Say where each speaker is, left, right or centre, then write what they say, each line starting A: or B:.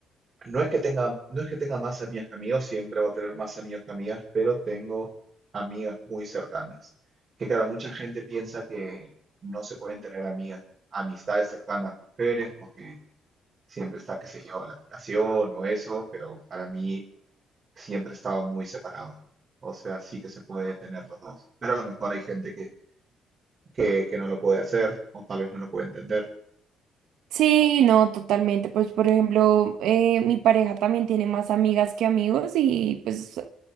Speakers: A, on the right; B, on the right.
A: No es que tenga, no es que tenga más amigas que amigos, siempre voy a tener más amigos que amigas, pero tengo amigas muy cercanas. Que claro, mucha gente piensa que no se pueden tener amigas, amistades cercanas mujeres, porque siempre está, qué sé yo, la tentación o eso, pero para mí siempre estaba muy separado. O sea, sí que se puede tener los dos. Pero a lo mejor hay gente que, que, que no lo puede hacer o tal vez no lo puede entender.
B: Sí, no, totalmente. Pues, por ejemplo, eh, mi pareja también tiene más amigas que amigos y pues